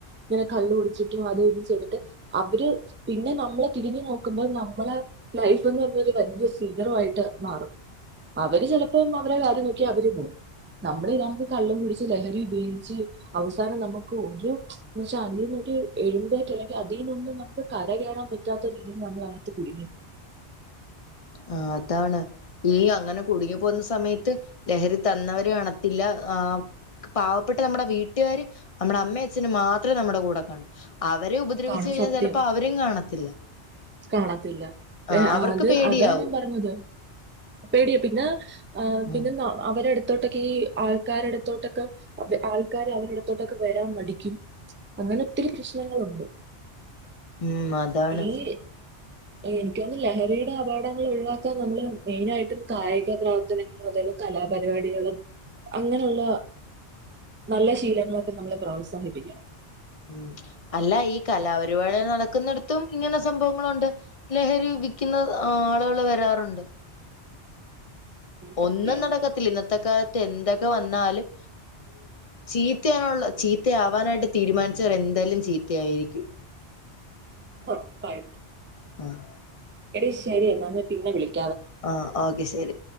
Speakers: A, on the right (about 15°); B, on the left (about 35°).
A: ഇങ്ങനെ കള്ളു കുടിച്ചിട്ടും അതും ഇതും ചെയ്തിട്ട് അവര് പിന്നെ നമ്മളെ തിരിഞ്ഞു നോക്കുമ്പോൾ നമ്മളെ ലൈഫ് എന്ന് പറഞ്ഞ ഒരു വലിയ ശിഖരമായിട്ട് മാറും അവര് ചിലപ്പോ അവരെ കാര്യം നോക്കി അവര് പോകും നമ്മള ഇതണക്ക് കള്ളും കുടിിച്ചച്ച് ലഹരി ഉപയോഗിച്ച് അവസാനം നമുക്ക് ഒരുോ എന്ന്ച്ച അ ഒരു എഴുമ്പേറ്റ മില്ല അല്ലെങ്കിൽ അതിൽ നിന്നൊന്നും നമുക്ക് കര കയറാൻ പറ്റാത്ത രീതിൽ നമ്മൾ അതിനകത്ത് കുടുങ്ങിപ്പോും <unintelligible>
B: ആ അതാണ് ഈ അങ്ങനെ കുടുങ്ങി പോകുന്ന സമയത്ത് ലഹരി തന്നവര് കാണത്തില്ല ആ പാവപ്പെട്ട നമ്മുടെ വീട്ടുകാര് നമ്മുടെ അമ്മേ അച്ഛന്ും മാത്രേ നമ്മുടെ കൂടെ കാണും അവരെ ഉപദ്രവിച്ചു
A: കാണും
B: കഴിഞ്ഞാൽ
A: സത്യം
B: ചിലപ്പോ അവരും കാണത്തില്ല
A: കാണത്തില്ല
B: ആ
A: ഏ
B: അവർക്ക്
A: അത്
B: പേടിയാവും.
A: അതാ ഞാൻ പറഞ്ഞത് പേടിയാ പിന്നെ ആ്
B: ഉം
A: പിന്നെ അവരെടുത്ത് ത്തോട്ടൊക്കെ ഈ ആൾക്കാരുടുത്തോട്ടൊക്കെ ആൾക്കാര് അവരുടെ അടുത്തോട്ടൊക്കെ വരാൻ മഠിക്കും അങ്ങനെ ഒത്തിരി പ്രശ്നങ്ങളുണ്ട്
B: ഉം അതാണ്
A: ഈ <unintelligible> എനിക്ക് തോന്നുന്നു ലഹരിയുടെ അപകടങ്ങൾ ഒഴിവാക്കാൻ നമ്മള് മെയിൻ ആായിട്ടും കായിക പ്രവർത്തനങ്ങൾ പ്രവർത്തനങ്ങളും അതായല കല പരിപാടികളും അങ്ങനെയുള്ള നല്ല ശീലങ്ങളൊക്കെ നമ്മളെ പ്രോത്സാഹിപ്പിക്കണം
B: ഉം അല്ല ഈ കലാപരിപാടി നടക്കുന്നിടത്തും ഇങ്ങനെ സംഭവങ്ങളുണ്ട് ലഹരി വിക്കുന്ന ആളുകള് വരാറുണ്ട്
A: സത്യമാണ്
B: ഒന്നുനടക്കത്തില്ല ഇന്നത്തെ കാലത്ത് എന്തൊക്കെ വന്നാലും ചീത്തയാനുള്ള ചീത്തയാവാനായിട്ട് തീരുമാനിച്ചവരെ എന്തായാലും ചീത്തയായിരിക്കും
A: ഉറപ്പായിട്ടും
B: ആഹ്
A: എട ശരി എന്നാന്ന് പിന്നെ വിളിക്കാം
B: ആഹ ഓക്കെ ശരി